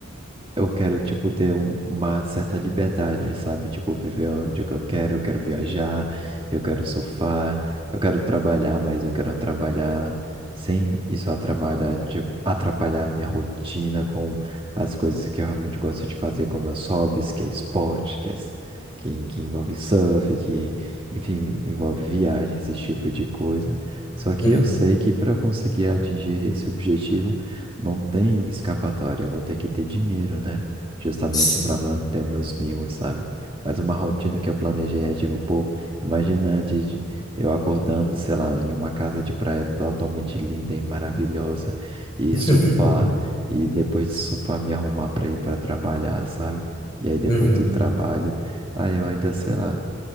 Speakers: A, on the right (about 25°); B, on the left (about 20°).
A: eu quero, tipo, ter um- uma certa liberdade, sabe? Tipo, viver onde é que eu quero, eu quero viajar, eu quero surfar, eu quero trabalhar, mas eu quero trabalhar sem isso atrapalhar, tipo, atrapalhar a minha rotina com as coisas que eu realmente gosto de fazer, como meus hobbies, que é esporte, que, é, s- que, que envolve surf, que, enfim, envolve viagens, esse tipo de coisa. Só que
B: Uhum.
A: eu sei que para conseguir atingir esse objetivo, não tem escapatória, eu vou ter que ter dinheiro, né? Justamente
B: Sim.
A: para manter meus mimos, sabe? Mas uma rotina que eu planejei é tipo, pô, imagina antes de- eu acordando, sei lá, em uma casa de praia totalmente linda e maravilhosa, e
B: <laughs>
A: surfar, e depois de surfar me arrumar para ir para trabalhar, sabe? E aí depois
B: Uhum,
A: do trabalho, aí eu ainda, sei lá,